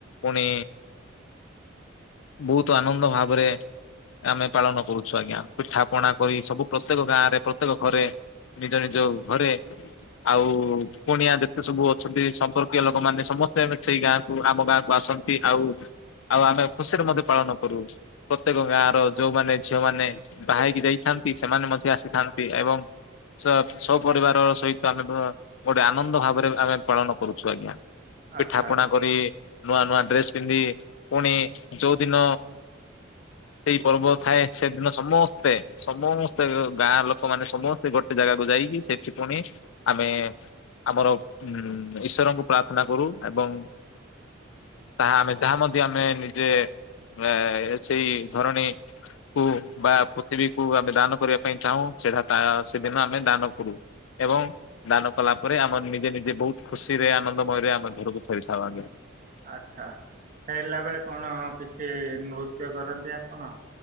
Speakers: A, on the left; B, on the right.
A: ପୁଣି ବହୁତ ଆନନ୍ଦ ଭାବରେ ଆମେ ପାଳନ କରୁଛୁ ଆଜ୍ଞା ପିଠା ପଣା କରି ସବୁ ପ୍ରତ୍ୟେକ ଗାଁ ରେ ପ୍ରତ୍ୟେକ ଘରେ ନିଜ ନିଜ ଘରେ ଆଉ କୁଣିଆ ଯେତେ ସବୁ ଅଛନ୍ତି ସମ୍ପର୍କୀୟ ଲୋକମାନେ ସବୁ ସମସ୍ତେ ସେଇ ଗାଁକୁ ଆମ ଗାଁକୁ ଆସନ୍ତି ଆଉ ଆଉ ଆମେ ଖୁସିରେ ମଧ୍ୟ ପାଳନ କରୁ ପ୍ରତ୍ୟେକ ତାକ ଗାଁ ର ଯୋଉମାନେ ଝିଅମାନେ ବାହା ହେଇକି ଯାଇଥାନ୍ତି ସେମାନେ ମଧ୍ୟ ଆସିଥାନ୍ତି ଏବଂ ସବ ସବୁ ପରିବାର ସହିତ ଆମେ ଗୋଟେ ଆନନ୍ଦ ଭାବରେ ଆମେ ପାଳନ କରୁଛୁ ଆଜ୍ଞା। ପିଠା
B: ଆଚ୍ଛା
A: ପଣା କରି ନୂଆ ନୂଆ ଡ୍ରେସ ପିନ୍ଧି ପୁଣି ଯୋଉଦିନ ସେଇ ପର୍ବ ଥାଏ ସେଦିନ ସମସ୍ତେ ସମସ୍ତେ ଗାଁ ଲୋକ ମାନେ ସମସ୍ତେ ଗୋଟେ ଜାଗାକୁ ଯାଇକି ସେଥି ପୁଣି ଆମେ ଆମର ଉ ଈଶ୍ୱରଙ୍କୁ ପ୍ରାର୍ଥନା କରୁ ଏବଂ ତାହା ଆମେ ଯାହା ମଧ୍ୟ ଆମେ ନିଜେ ଆ ସେଇ ଧରଣୀ କୁ ବା ପୃଥିବୀକୁୁ ଆମେ ଦାନ କରିବା ପାଇଁ ଚାହୁଁ ସେଟା ତା ସେଦିନ ଆମେ ଦାନ କରୁ। ଏବଂ ଦାନ କଲା ପରେ ଆମେ ନିଜେ ନିଜେ ବହୁତ ଖୁସିରେ ଆନନ୍ଦମୟରେ ଆମେ ଘରକୁ ଫେରିଥାଉ ଆଜ୍ଞା।
B: ଆଛା ଫେରିଲା ବେଳେ କଣ କିଛି ନୃତ୍ୟ କରନ୍ତି ଆପଣ?